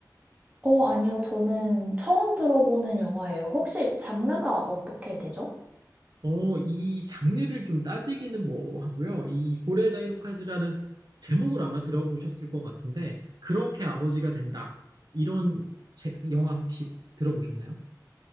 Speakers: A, on the right (about 20°); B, on the right (about 65°).
A: 어, 아니요. 저는 처음 들어보는 영화예요. 혹시 장르가 어떻게 되죠?
B: 어, 이 장르를 좀 따지기는 뭐 하고요. 이 고레에다 히로카즈라는 제목을 아마 들어보셨을 것 같은데 그렇게 아버지가 된다. 이런 제- 영화 혹시 들어보셨나요?